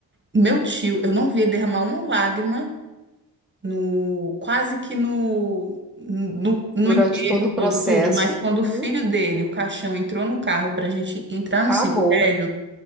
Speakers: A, on the right (about 25°); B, in the centre.
A: Meu tio, eu não vi ele derramar uma lágrima no, quase que no, no,
B: durante
A: no enterro
B: todo o
A: todo,
B: processo.
A: tudo, mas quando
B: Uhum,
A: o filho dele, o caixão, entrou no carro pra gente entrar
B: acabou.
A: no cemitério,